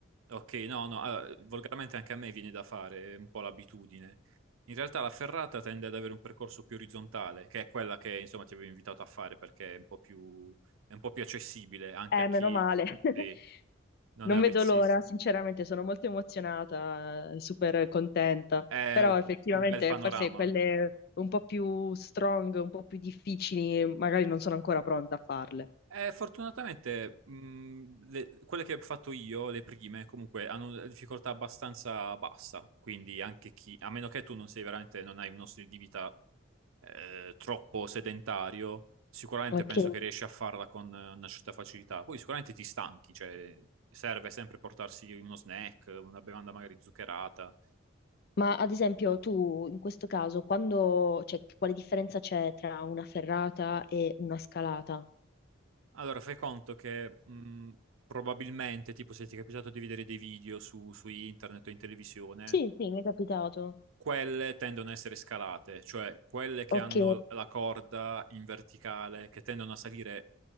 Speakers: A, on the right (about 85°); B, on the left (about 50°).
A: ok, no, no. allora, volgarmente anche a me viene da fare è un po' l'abitudine. In realtà la ferrata tende ad avere un percorso più orizzontale, che è quella che insomma ti avevo invitato a fare perché è un po' più, è un po' più accessibile anche
B: Eh,
A: a
B: meno
A: chi
B: male. <laughs>
A: sì, non
B: Non
A: è avvezzissimo.
B: vedo l'ora, sinceramente sono molto emozionata, super contenta,
A: È
B: però effettivamente
A: un bel panorama.
B: forse quelle un po' più strong, un po' più difficili, magari non sono ancora pronta a farle.
A: Eh, fortunatamente, mh, le- quelle che ho fatto io, le prime, comunque hanno una difficoltà abbastanza bassa. Quindi anche chi, a meno che tu non sei veramente, non hai uno stile di vita eh, troppo sedentario, sicuramente
B: Ok.
A: penso che riesci a farla con eh, una certa facilità. Poi sicuramente ti stanchi, cioè serve sempre portarsi uno snack, una bevanda magari zuccherata.
B: Ma ad esempio tu in questo caso, quando, cioè, che- quale differenza c'è tra una ferrata e una scalata?
A: Allora, fai conto che mh, probabilmente, tipo se ti è capitato di vedere dei video su, su internet o in televisione,
B: Sì, sì, mi è capitato.
A: quelle tendono a essere scalate, cioè quelle che
B: Ok,
A: hanno la corda in verticale, che tendono a salire,